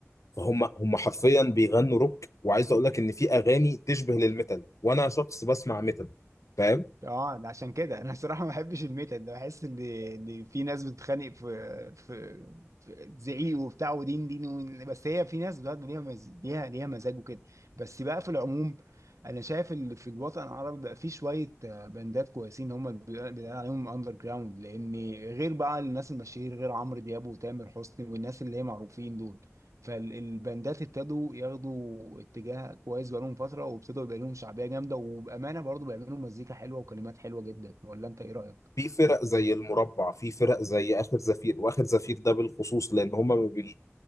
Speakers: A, on the left; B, on the right.
A: فهم هم حرفيا بيغنوا روك وعايز اقول لك ان في اغاني تشبه للميتال وانا شخص بسمع ميتال فاهم
B: اه ده عشان كده انا الصراحه ما بحبش الميتال ده بحس ان ان في ناس بتتخانق في في, في زعيق وبتاع ودين دين وين- بس هي في ناس بقى ليها مز... ليها ليها مزاج وكده بس بقى في العموم انا شايف ان في الوطن العربي بقى في شويه آه، باندات كويسين هم اللي بيقال بيقال عليهم اندر جراوند لان غير بقى الناس المشاهير غير عمرو دياب وتامر حسني والناس اللي هي معروفين دول فالباندات ابتدوا ياخدوا اتجاه كويس بقالهم فترة وابتدوا يبقى لهم شعبية جامدة وبأمانة برضو بيعملوا مزيكا حلوة وكلمات حلوة جدا ولا انت ايه رأيك؟
A: في فرق زي المربع في فرق زي اخر زفير واخر زفير ده بالخصوص لان هم بي